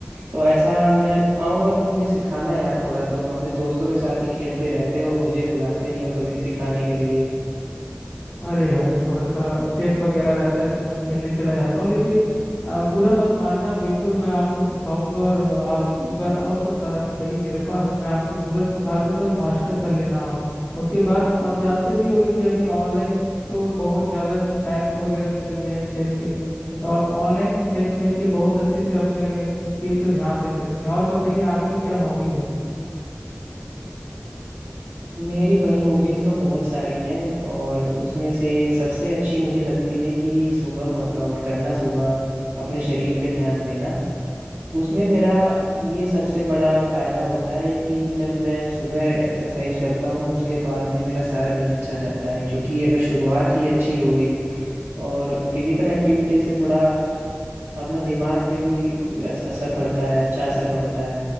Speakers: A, on the right (about 80°); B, on the left (about 35°).
A: तो ऐसा मैं आऊंगा तो मुझे सिखाना यार थोड़ा तुम अपने दोस्तों के साथ ही खेलते रहते हो मुझे बुलाते नहीं हो कभी सिखाने के लिए
B: अरे यार थोड़ा सा चेस वगैरह रहता है तो मैं खेलने चला जाता हूँ लेकिन आ, बुरा मत मानना बिल्कुल मैं आपको सिखाऊंगा और आ, आप एक बार आओ तो साहब सही मेरे पास मैं आपको पूरा सिखा दूंगा और मास्टर कर लेना आप उसके बाद आप जानते भी होंगे कि अभी ऑनलाइन तो बहुत ज़्यादा ऐप्स वगैरह निकल गए हैं चेस के लिए तो आप ऑनलाइन भी चेस खेल के बहुत अच्छे से अपने स्किल पे ध्यान दे सकते हैं और बताइए आपके क्या हॉबीज हैं
A: मेरी भाई हॉबीज तो बहुत सारी हैं और उसमें से सबसे अच्छी मुझे लगती है कि सुबह वर्कआउट करना सुबह अपने शरीर पे ध्यान देना उसमें मेरा ये सबसे बड़ा फायदा होता है कि जब मैं सुबह एक्सरसाइज करता हूँ उसके बाद में मेरा सारा दिन अच्छा जाता है क्योंकि अगर शुरुआत ही अच्छी हो गई और फिजिकल एक्टिविटी से थोड़ा अपना दिमाग पे भी अस- असर पड़ता है अच्छा असर पड़ता है